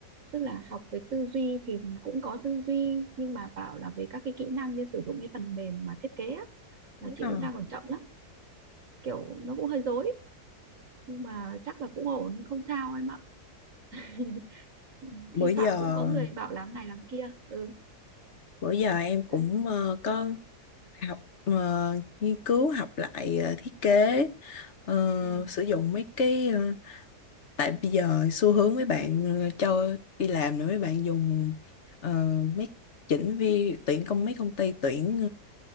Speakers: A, on the right; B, on the left.
A: tức là học về tư duy thì cũng có tư duy nhưng mà bảo là về các cái kỹ năng như sử dụng cái phần mềm mà thiết kế á, là chị
B: Ờ,
A: cũng đang còn chậm lắm kiểu nó cũng hơi rối nhưng mà chắc là cũng ổn không sao em ạ <laughs>
B: bữa
A: thi
B: giờ
A: thoảng cũng có người bảo làm này làm kia ừ
B: bữa giờ em cũng
A: đấy
B: ờ, có học ờ, nghiên cứu học lại ờ, thiết kế ờ,
A: ừ
B: sử dụng mấy cái ờ, tại bây giờ xu hướng mấy bạn ờ, cho đi làm rồi mấy bạn dùng ờ, mấy chỉnh vi tuyển công mấy công ty tuyển